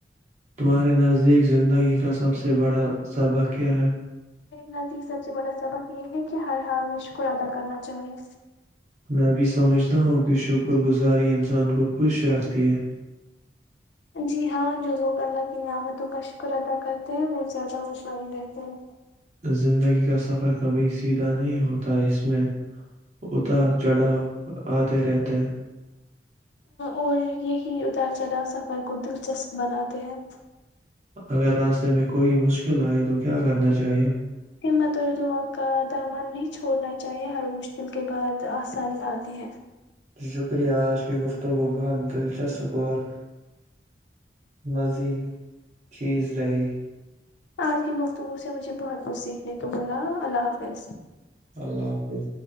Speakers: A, on the right (about 40°); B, on the left (about 85°).
A: تمہارے نزدیک زندگی کا سب سے بڑا سبق کیا ہے
B: میرے نزدیک سب سے بڑا سبق یہ ہے کہ ہر حال میں شکر ادا کرنا چاہیے
A: میں بھی سمجھتا ہوں کہ شکر گزاری انسان کو خوش رکھتی ہے
B: جی ہاں جو لوگ اللہ کی نعمتوں کا شکر ادا کرتے ہیں وہ زیادہ متمئن رہتے ہیں
A: زندگی کا سفر کبھی سیدھا نہیں ہوتا اس میں اتار چڑھاو آتے رہتے ہے
B: اور یہی اتار چڑھاو سفر کو دلچسپ بناتے ہیں
A: اگر راستے میں کوئی مشکل آئے تو کیا کرنا چاہیے
B: ہمت اور دعا کا دامن نہیں چھوڑنا چاہیے ہر مشکل کے بعد آسانی آتی ہے
A: شکریہ آج کی گفتگو کو بہت دلچسپ اور مزی خیز رہی
B: آج کی گفتگو سے مجھے بہت کچھ سیکھنے کو ملا اللہ حافظ
A: اللہ حافظ